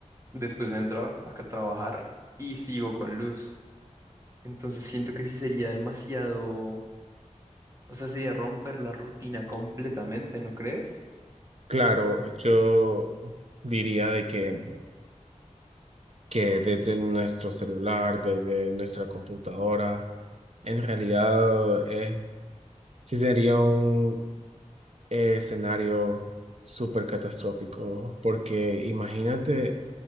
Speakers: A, on the right (about 25°); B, on the right (about 55°).
A: Después entro a, a trabajar y sigo con luz. Entonces siento que sí sería demasiado O sea, sería romper la rutina completamente, ¿no crees?
B: Claro, yo diría de que, que desde nuestro celular, desde nuestra computadora, en realidad eh, sí sería un eh, escenario súper catastrófico, porque imagínate